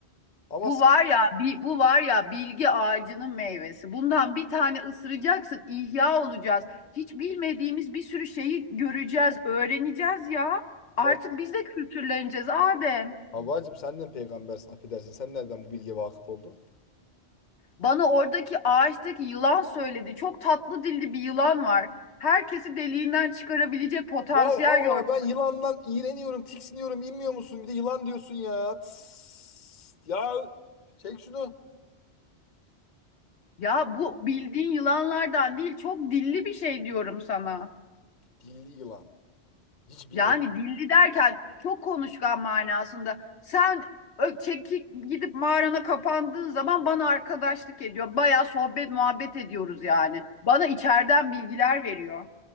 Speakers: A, on the left; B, on the left.
A: Amasya.
B: Bu var ya, bi- bu var ya bilgi ağacının meyvesi. Bundan bir tane ısıracaksın, ihya olacağız. Hiç bilmediğimiz bir sürü şeyi göreceğiz, öğreneceğiz ya. Artık
A: Ya
B: biz de kültürleneceğiz Adem.
A: Havvacım sen de mi peygambersin? Affedersin. Sen nereden bu bilgiye vakıf oldun?
B: Bana oradaki ağaçtaki yılan söyledi. Çok tatlı dilli bir yılan var. Herkesi deliğinden çıkarabilecek potansiyel
A: Ya Havva
B: gördüm.
A: ben yılandan iğreniyorum, tiksiniyorum. Bilmiyor musun? Bir de yılan diyorsun ya. Tıs. Ya çek şunu.
B: Ya bu bildiğin yılanlardan değil, çok dilli bir şey diyorum sana.
A: Dilli yılan. Hiç bilmedim.
B: Yani dilli derken çok konuşkan manasında. Sen ö- çekip gidip mağarana kapandığın zaman bana arkadaşlık ediyor. Bayağı sohbet muhabbet ediyoruz yani. Bana içeriden bilgiler veriyor.